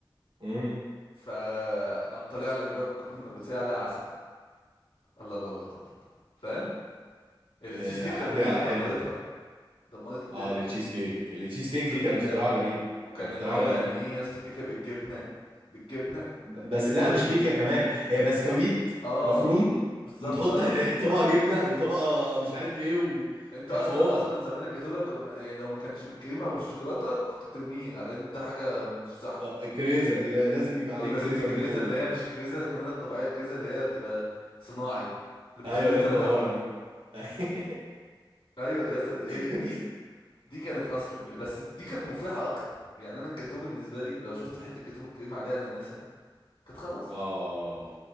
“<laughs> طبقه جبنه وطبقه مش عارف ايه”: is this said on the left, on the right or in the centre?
Right